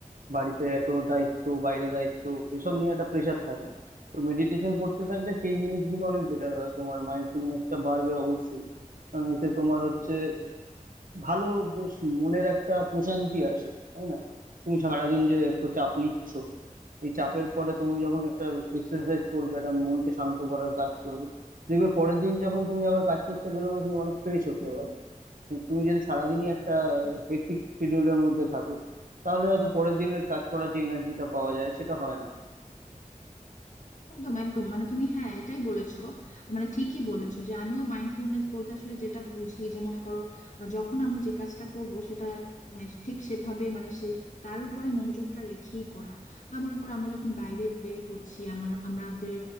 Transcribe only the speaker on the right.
বাড়িতে এত দায়িত্ব বাইরে দায়িত্ব এসব নিয়ে একটা প্রেশার থাকে তো মেডিটেশন করতে থাকলে সেই জিনিসগুলো অনেক বেটার হয় তোমার মাইন্ডফুলনেসটা বাড়বে অবশ্যই কারণ এতে তোমার হচ্ছে ভালো বেশ মনের একটা প্রশান্তি আসে তাই না তুমি সারাদিন যে এত চাপ নিচ্ছ এই চাপের পরে তুমি যখন একটা এক্সারসাইজ করবে একটা মনকে শান্ত করার কাজ করবে দেখবে পরের দিন যখন তুমি আবার কাজ করতে বেরোবে তুমি অনেক ফ্রেশ হতে পারবে কিন্তু তুমি যদি সারাদিনই একটা হেক্টিক শিডিউলের মধ্যে থাকো তাহলে হয়তো পরের দিনের কাজ করার যে এনার্জিটা পাওয়া যায় সেটা হয় না